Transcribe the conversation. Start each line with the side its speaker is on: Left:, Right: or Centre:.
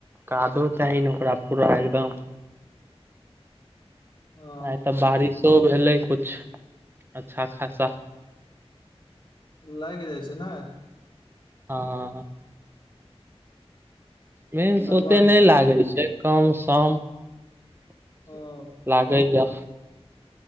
Right: कादो चाही ने, ओकरा पूरा एकदम
Left: ओ
Right: आइ त बारिशो भेलै कुछ अच्छा खासा
Left: लाईग जाइ छै ने।
Right: हा मिन्स
Left: कदुआ
Right: ओते नहि लागै छै, कम सम <unintelligible>
Left: हँ
Right: लागैया।